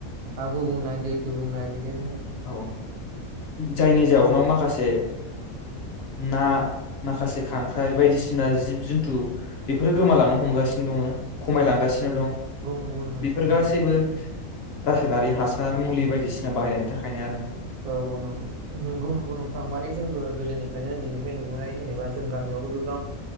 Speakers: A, on the right (about 85°); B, on the left (about 65°).
A: हा गुबुंनाय दै गुबुंनाय बिदिनो।
B: औ
A: <unintelligible>
B: जायनि जाउनाव माखासे ना माखासे खांख्राइ बायदिसिना जिब जन्थु बेफोरो गोमालांनो हमगासिनो दङो। खमायलांगासिनो
A: औ नंगौ
B: दं
A: नंगौ नंगौ नोंथां
B: बेफोर
A: नंगौ
B: गासैबो रासायनारि हासा थार मुलि बायदिसिना बाहायनायनि था <unintelligible> आरो।
A: औ औ नंगौ नंगौ नंगौ नोंथां माने जोंबो गोदोनिफ्रायनो उन्दैनिफ्राय नुबोनाय जेनेबा जों गामियावबो गोबां